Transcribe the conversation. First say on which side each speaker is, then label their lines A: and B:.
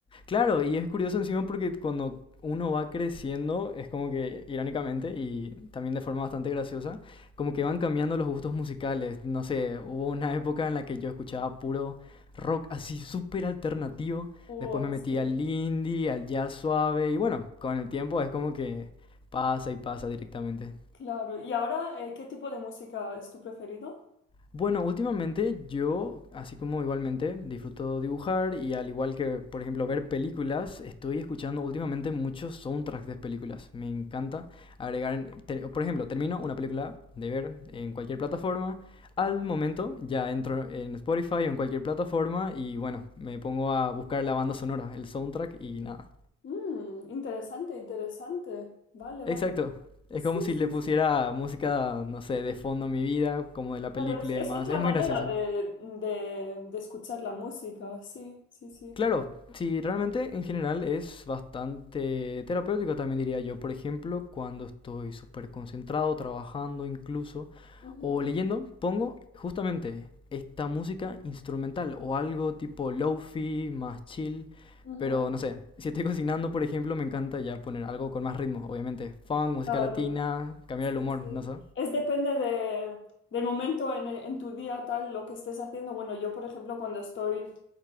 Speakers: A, on the left; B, on the left.
A: Claro, y es curioso encima porque cuando uno va creciendo, es como que irónicamente y también de forma bastante graciosa, como que van cambiando los gustos musicales. No sé, hubo una época en la que yo escuchaba puro rock así súper alternativo,
B: Oh,
A: después me metí
B: sí,
A: al indie, al jazz suave y bueno, con el tiempo es como que pasa y pasa directamente.
B: claro. ¿Y ahora, eh, qué tipo de música es tu preferido?
A: Bueno, últimamente yo, así como igualmente, disfruto dibujar y al igual que, por ejemplo, ver películas, estoy escuchando últimamente muchos soundtracks de películas. Me encanta agregar, en- te- por ejemplo, termino una película de ver en cualquier plataforma, al momento ya entro en Spotify o en cualquier plataforma y bueno, me pongo a buscar la banda sonora, el soundtrack y nada.
B: Mm, interesante, interesante. Vale,
A: Exacto.
B: vale.
A: Es
B: Sí,
A: como si
B: sí,
A: le pusiera
B: sí,
A: música, no sé, de fondo a mi vida, como de la película
B: claro. Es,
A: y
B: es
A: demás.
B: otra
A: Es
B: manera
A: muy gracioso.
B: de, de- de escuchar la música. Sí, sí, sí.
A: Claro, sí, realmente en general es bastante terapéutico también diría yo. Por ejemplo, cuando estoy súper concentrado, trabajando incluso,
B: Ujú,
A: o leyendo, pongo justamente esta música instrumental o algo tipo lofi, más chill.
B: ujú,
A: Pero no sé, si estoy cocinando, por ejemplo, me encanta ya poner algo con más ritmo, obviamente. Funk, música
B: Claro.
A: latina, cambiar
B: Sí,
A: el humor,
B: sí.
A: no sé.
B: Es depende de, del momento en, en tu día, tal, lo que estés haciendo. Bueno, yo, por ejemplo, cuando estoy